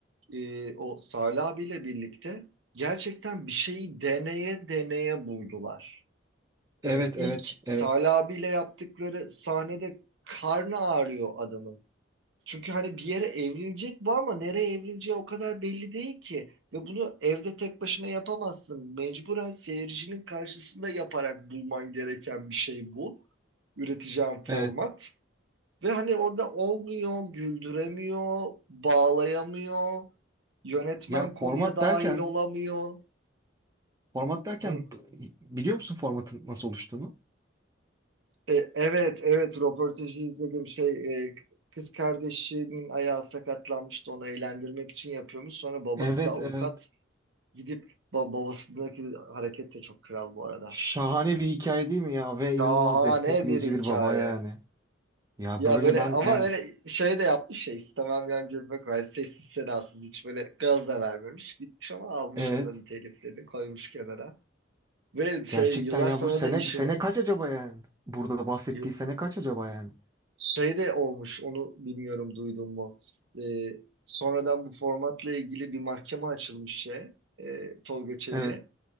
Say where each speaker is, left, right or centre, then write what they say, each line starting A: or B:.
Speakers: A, on the right (about 65°); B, on the right (about 20°).
A: e, o Salih abiyle birlikte gerçekten bir şeyi deneye deneye buldular. Yani
B: Evet,
A: ilk
B: evet,
A: Salih
B: evet.
A: abiyle yaptıkları sahnede karnı ağrıyor adamın. Çünkü hani bir yere evrilecek bu ama nereye evrileceği o kadar belli değil ki. Ve bunu evde tek başına yapamazsın. Mecburen seyircinin karşısında yaparak bulman gereken bir şey bu. Üreteceğin format.
B: Evet.
A: Ve hani orada olmuyor, güldüremiyor, bağlayamıyor. Yönetmen
B: Ya
A: konuya
B: format
A: dahil
B: derken,
A: olamıyor.
B: format derken
A: Hı.
B: b- biliyor musun formatın nasıl oluştuğunu?
A: E, evet, evet röportajı izledim. Şey, e, kız kardeşinin ayağı sakatlanmıştı onu eğlendirmek için yapıyormuş. Sonra babası
B: Evet,
A: da avukat
B: evet.
A: Gidip ba- babasındaki hareket de çok kral bu arada.
B: Şahane bir hikaye değil mi ya? Ve
A: Şahane
B: inanılmaz destekleyici
A: bir hikaye.
B: bir baba yani. Ya
A: Ya
B: böyle
A: böyle
B: ben
A: ama
B: yani
A: böyle şey de yapmış ya istemem yan cebime koy. hani Sessiz sedasız hiç böyle gaz da vermemiş. Gitmiş ama almış
B: evet.
A: onların teliflerini koymuş kenara. Ve şey
B: Gerçekten
A: yıllar
B: ya
A: sonra
B: bu sene
A: da işini
B: sene kaç acaba yani? Burada bahsettiği
A: yı-
B: sene kaç acaba yani?
A: şey de olmuş onu bilmiyorum duydun mu? Ee, sonradan bu formatla ilgili bir mahkeme açılmış şey e, Tolga Çevik'e.
B: Evet.